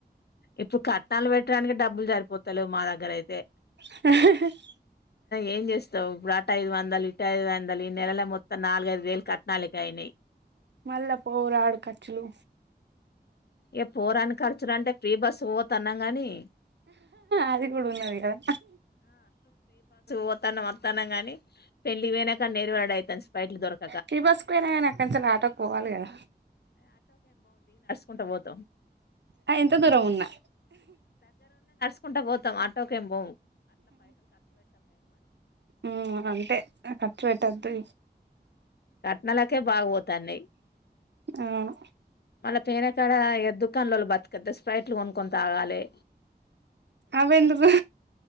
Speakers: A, on the left; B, on the right.
A: ఇప్పుడు కట్నాలు పెట్టడానికి డబ్బులు సరిపోతలేవు మా దగ్గర అయితే
B: <unintelligible>
A: ఏం చేస్తావు ఇప్పుడు అట ఐదు వందలు ఇటు ఐదు వందలు ఈ నెలల మొత్తం నాలుగైదు వేలు కట్టనాలకే అయినాయి
B: మళ్ళ పోరు ఆడు కచ్చులు
A: ఏ పోరాన్ ఖర్చులంటే అంటే ఫ్రీ బస్ పో తన్నా కాని
B: అది కూడా ఉన్నది కదా
A: పోతాను వస్తాన గానీ పెళ్లి ఇ పోయినా కానీ నెరవాడ అవుాను బైలు దొరక
B: టీ బస్కు పోయినా కానీ అక్కంచ ఆటోకి పోవాలి కదా
A: ఉంట బ
B: ఆ ఎంత దూరం ఉన్నా
A: కుం పోతాం ఆటోకెంబం
B: హ్మ్ అంటే ఖర్చు పెట్టద్దు
A: తట్ నలాకే బాగ పోతాండి
B: అవును
A: మళ్ళా పేనకాడ దుకాణంలోళు బతకద్ద స్ప్రైట్లు కొనుకొని తాగాలి
B: అ ఎందుకు